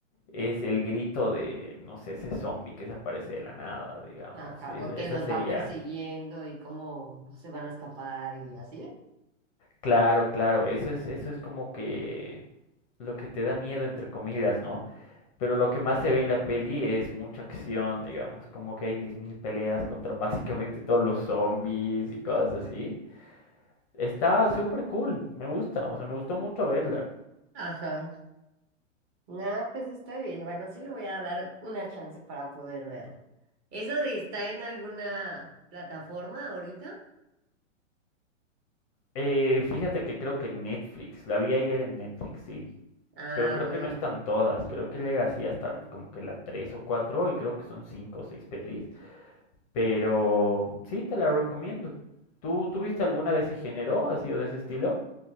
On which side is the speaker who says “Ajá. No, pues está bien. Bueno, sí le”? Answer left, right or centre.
Right